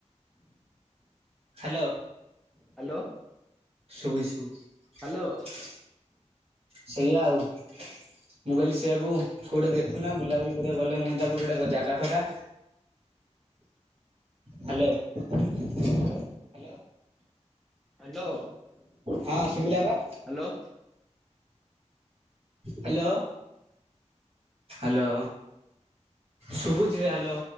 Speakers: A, on the right; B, in the centre.
A: ହେଲୋ।
B: ହାଲୋ।
A: ଶୁଭୁଚି ଶୁଭୁଚି
B: ହାଲୋ
A: ଶୁଭିଲା ଆଉ ମୁଁ କହିଲି ସେୟଆକୁ କୋଉଟେ ଦେଖୁନା ବୁଲାବୁଲି କରିବାକୁ ଗଲେ ହୁଅନ୍ତା କଉଠି ଗୋଟେ ଜାଗା ଫାଗା ହାଲୋ ହାଲୋ
B: ହାଲୋ
A: ହଁ ଶୁବିଲା ବା
B: ହାଲୋ।
A: ହାଲୋ। ହାଲୋ ସୁବୁଛି ହାଲୋ।